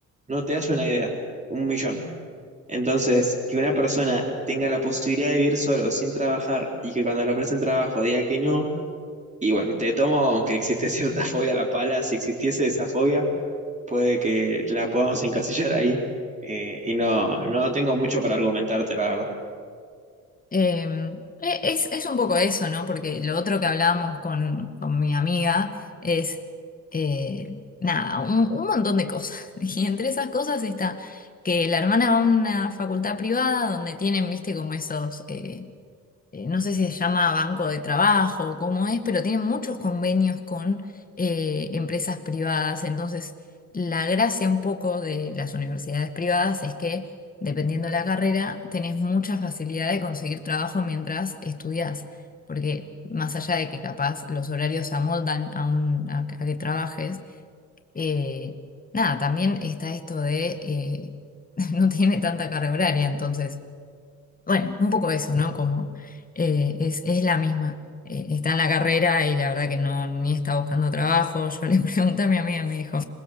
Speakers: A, on the right; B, on the left.
A: No te das una idea, un millón. Entonces, que una persona tenga la posibilidad de vivir solo sin trabajar y que cuando le ofrecen trabajo diga que no, y bueno, te tomo que existe cierta <laughs> fobia a la pala, si existiese esa fobia, puede que la podamos encasillar ahí. eh, y no, no tengo mucho para argumentarte, la verdad.
B: Eh, es, es un poco eso, ¿no? Porque lo otro que hablábamos con, con mi amiga es, eh, nada, un, un montón de cosas. <laughs> Y entre esas cosas está que la hermana va a una facultad privada donde tienen, viste, como esos... eh, eh, no sé si se llama banco de trabajo o cómo es, pero tienen muchos convenios con eh, empresas privadas. Entonces, la gracia un poco de las universidades privadas es que, dependiendo de la carrera, tenés mucha facilidad de conseguir trabajo mientras estudiás. Porque más allá de que capaz los horarios se amoldan a, un, a, a que trabajes, eh, nada, también está esto de eh, <laughs> no tiene tanta carga horaria, entonces bueno, un poco eso, ¿no? Como eh, es, es la misma. Eh, está en la carrera y la verdad que no, ni está buscando trabajo. Yo le <laughs> pregunté a mi amiga y me dijo,